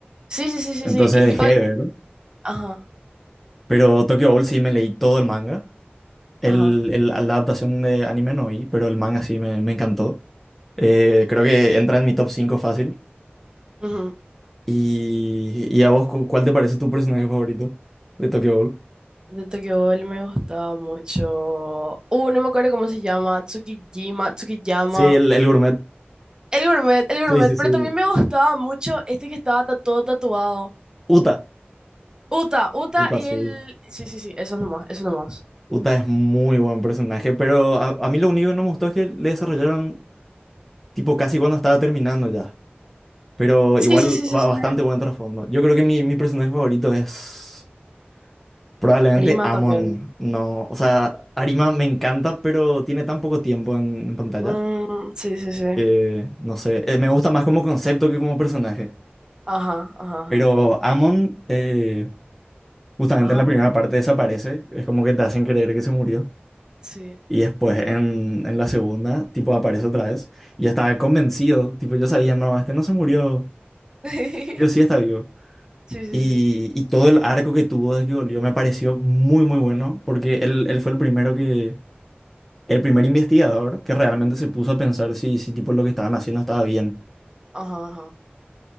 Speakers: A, on the right (about 20°); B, in the centre.
A: sí, sí, sí, sí,
B: Entonces
A: sí. Y
B: dejé
A: yo...
B: de ver.
A: Ajá,
B: Pero Tokyo Ghoul sí me leí todo el manga. El,
A: ajá.
B: el- la adaptación de anime no vi, pero el manga sí me, me encantó. Eh, creo que entra en mi top 5 fácil.
A: ujú.
B: Y, y a vos, cu- ¿cuál te parece tu personaje favorito de Tokyo Ghoul?
A: De Tokyo Ghoul me gustaba mucho. Uh, no me acuerdo cómo se llama. Tsukijima, Tsukiyama.
B: Sí, el, el gourmet.
A: El gourmet, el gourmet,
B: Sí, sí,
A: pero
B: sí.
A: también me gustaba mucho este que estaba ta- todo tatuado.
B: Uta.
A: Uta, Uta
B: Uta,
A: y
B: sí.
A: el... Sí, sí, sí, eso nomás, eso nomás.
B: Uta es muy buen personaje, pero a, a mí lo único que no me gustó es que le desarrollaron tipo casi cuando estaba terminando ya. Pero
A: Sí,
B: igual
A: sí, sí, sí,
B: va
A: sí.
B: bastante buen trasfondo. Yo creo que mi, mi personaje favorito es probablemente
A: Arima
B: Amon.
A: también.
B: No, o sea, Arima me encanta, pero tiene tan poco tiempo en, en pantalla
A: Mm, sí, sí, sí.
B: que no sé, eh, me gusta más como concepto que como personaje.
A: Ajá, ajá, ajá.
B: Pero Amon eh, justamente
A: Amo,
B: en la primera parte desaparece. Es como que te hacen creer que se murió.
A: sí.
B: Y después en, en la segunda, tipo, aparece otra vez. Y yo estaba convencido, tipo, yo sabía, no, este no se murió,
A: <laughs>
B: yo sí está vivo.
A: Sí, sí,
B: Y,
A: sí.
B: y todo el arco que tuvo desde que volvió me pareció muy, muy bueno, porque él, él fue el primero que, el primer investigador que realmente se puso a pensar si, si tipo lo que estaban haciendo estaba bien.
A: Ajá, ajá.